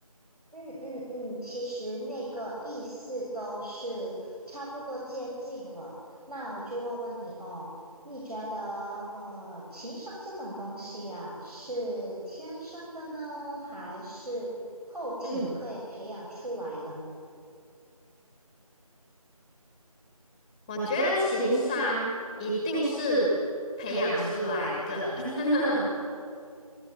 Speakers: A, on the right; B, in the centre.
A: 嗯嗯嗯，其实那个意思都是差不多接近了。那我就问问你哦，你觉得呃，情商这种东西呀，是天生的呢，还是后天可以培养出来的呢？
B: 嗯，我觉得情商一定是培养出来的。<laughs>